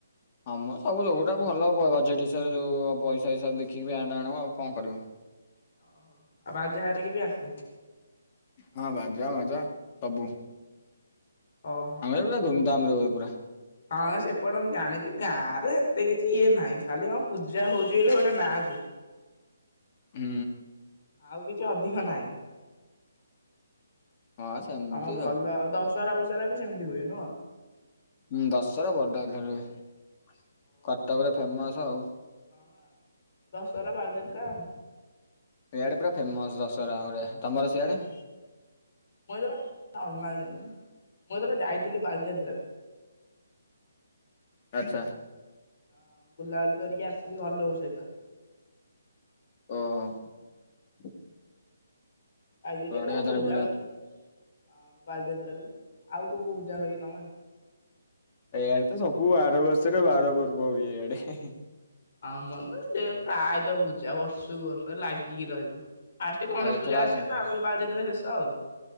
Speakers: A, on the left; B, on the left.
A: ଆମର ସବୁ ସବୁଟା ଭଲ ବଜେଟ୍ ହିସାବରେ ପଇସା ହିସାବରେ ଦେଖିକି ଆଣିଲେ ଆଣିବୁ କଣ କରିବୁ।
B: ଓହୋ ଆଉ ବାଯା ହାରି କେ ବି ଆସେ <inaudible>
A: ହଁ ବାଜା ସବୁ
B: ଓହୋ।
A: ଆମରବୋ ଧଉନ ଦାମରେ ରେ ହୁଏ ପୁରା।
B: ହଁ ସେପଟେ ମୁଁ ଜାଣିଛି ଗାଁ ରେ ଏତେ କିଛି ଇଏ ନାହିଁ କାଲି କଣ ପୂଜା ହଉଛି ବୋଲି ଗୋଟେ ନାଁ କୁ
A: ହୁଁ।
B: ଆଉ କିଛି ଅଧିକ ନାହିଁ। <inaudible>
A: ହଁ ସେମିତି
B: ତମର ଭଲ ଆଉ ତମ ସ୍କୁ ଚରା ବଚରା ବି ସେମିତି ହୁଏ ନୂଅ
A: ହଁ ଦଶରା ବଡ଼ ଆକାରରେ ହୁଏ।
B: ମୁଁ
A: କଟକ ରେ ଫେମସ
B: ଏଥର
A: ଆଉ
B: ହଁ। ବାଲିଯାତ୍ରା ଆଉ
A: ଆଡେ ପୁର ଫେମସ ଦଶ <unintelligible> ତମର ସିଆଡେ?
B: ମୁଁ ଏର ନମା ମୁଁ ଏଥର ଯାଇଥିଲି ବାଲିଚାତ୍ରାକୁ
A: ଆଚ୍ଛା।
B: ହଁ ବୁଲାବୁଲି କରିକି ଆସିଲି ଘର ଲୋକ ସହିତ।
A: ଓହୋ। <inaudible>
B: <unintelligible> ଅ ବାଲିଯାତ୍ରା
A: ବଢିଆ ତାହେଲେ ବୁଲ
B: କୁ ଆଉ କୋଉ କୋଉ। <unintelligible>
A: ଏଆଡେ ତ ସବୁ ବାର ବର୍ଷରେ ବାର ପର୍ବ ହୁଏ ଏଆଡେ ହେଁ ହେଁ।
B: ଆମର ପ୍ରାୟତ ପୂଜା ବର୍ଷକୁ ବର୍ଷ ଲାଗିକି ରହିବ। ଆସ ଟିକ ଗଣେଶ
A: ଆଉ ଏଥର
B: ପୂଜାସିବ ତାପରେ ବାଲିଯାତ୍ର ସେ ତଉ